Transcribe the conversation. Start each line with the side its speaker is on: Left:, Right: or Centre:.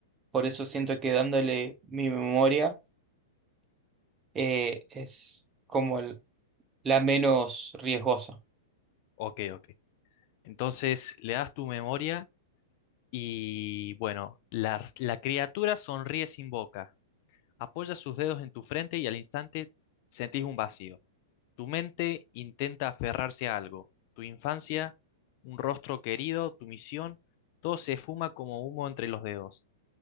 Right: Por eso siento que dándole mi memoria eh, es como el- la menos riesgosa.
Left: Ok, ok. Entonces le das tu memoria y bueno, la, la criatura sonríe sin boca, apoya sus dedos en tu frente y al instante sentís un vacío. Tu mente intenta aferrarse a algo, tu infancia, un rostro querido, tu misión, todo se esfuma como humo entre los dedos.